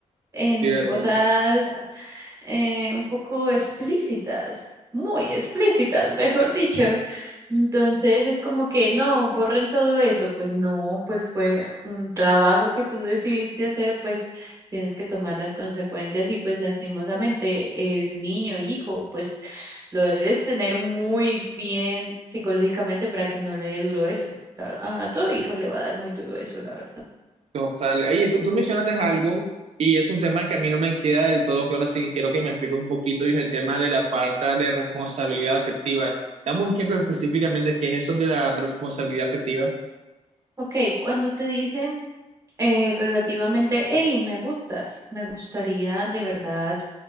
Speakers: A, on the right; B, on the right.
A: en
B: Cierto.
A: cosas eh, un poco explícitas, muy explícitas, mejor dicho. Entonces es como que no, borren todo eso. Pues no, pues fue un trabajo que tú decidiste hacer, pues tienes que tomar las consecuencias y pues lastimosamente el niño, hijo, pues lo debes tener muy bien psicológicamente para que no le dé duro eso. La- A a todo hijo le va a dar muy duro eso, la verdad.
B: Total. Oye, tú, tú mencionaste algo y es un tema que a mí no me queda del todo claro, así que quiero que me expliques un poquito, y es el tema de la falta de responsabilidad afectiva. Dame un ejemplo específicamente qué es eso de la responsabilidad afectiva.
A: Ok, cuando te dicen Eh, relativamente, hey, me gustas, me gustaría de verdad